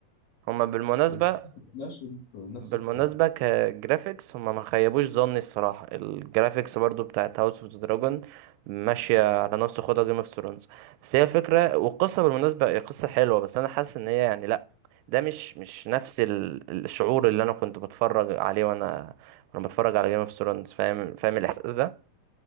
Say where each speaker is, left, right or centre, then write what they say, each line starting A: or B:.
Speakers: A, on the right (about 85°); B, on the left (about 50°).
A: هما بالمناسبة
B: للأسف ما طلعش بنفس
A: بالمناسبة
B: القوة
A: كجرافيكس هما ما خيبوش ظني الصراحة الجرافيكس برضو بتاعت هاوس اوف دراجون ماشية على نفس خدها جيم اوف ثرونز بس هي الفكرة والقصة بالمناسبة هي قصة حلوة بس أنا حاسس إن هي يعني لأ ده مش مش نفس ال- الشعور اللي أنا كنت بتفرج عليه وأنا وأنا بتفرج على جيم اوف ثرونز فاهم فاهم الإحساس ده